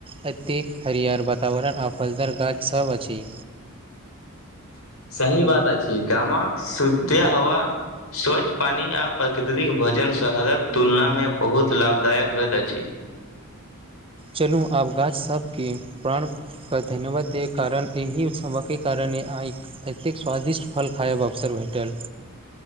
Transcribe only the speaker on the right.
एतेक हरिहर वातावरण आ फलदार गाछ सब अछि।
चलू आब गाछ सबके प्राण कऽ धन्यवाद दे कारण एहि सबक कारण आई एतेक स्वादिष्ट फल खायब अवसर भेटल।